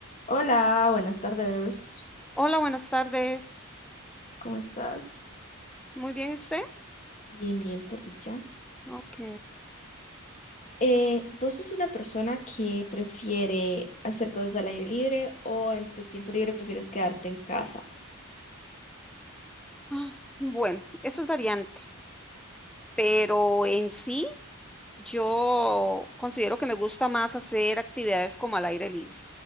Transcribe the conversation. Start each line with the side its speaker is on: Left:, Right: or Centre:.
Left: Hola, buenas tardes.
Centre: Hola, buenas tardes.
Left: ¿Cómo estás?
Centre: Muy bien, ¿usted?
Left: Bien, bien, por dicha.
Centre: Ok.
Left: Eh, ¿vos sos una persona que prefiere hacer cosas al aire libre o en tu tiempo libre prefieres quedarte en casa?
Centre: Ah, Bueno, eso es variante, pero en sí yo considero que me gusta más hacer actividades como al aire libre.